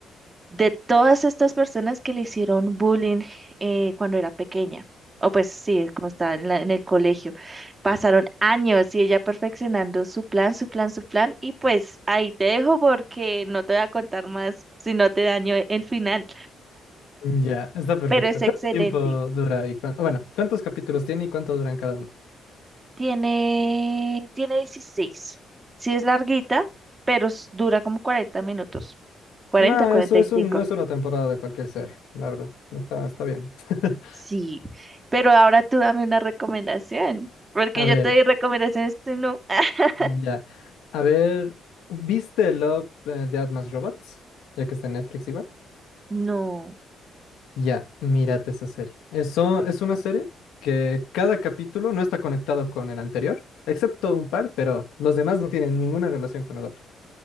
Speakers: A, on the right (about 25°); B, on the left (about 85°).
A: de todas estas personas que le hicieron bullying eh, cuando era pequeña, o pues sí, como estaba en, la- en el colegio, pasaron años y ella perfeccionando su plan, su plan, su plan, y pues ahí te dejo porque no te voy a contar más si no te daño el final,
B: Ya, está perfecto.
A: pero es excelente.
B: ¿Cuánto tiempo dura y cuán- bueno, cuántos capítulos tiene y cuánto duran cada uno?
A: Tiene, tiene dieciséis sí es larguita, pero s- dura como 40 minutos, cuarenta
B: No,
A: cuarenta
B: eso es
A: y cinco
B: un, no es una temporada de cualquier serie, la verdad. Está, está bien. <laughs>
A: Sí, pero ahora tú dame una recomendación, porque
B: A
A: yo
B: ver.
A: te di recomendaciones, tú no. <laughs>
B: Ya. A ver, ¿viste Love, eh, Death Más Robots? Ya que está en Netflix igual.
A: No,
B: Ya, mírate esa serie. Eso es una serie que cada capítulo no está conectado con el anterior, excepto un par, pero los demás no tienen ninguna relación con el otro.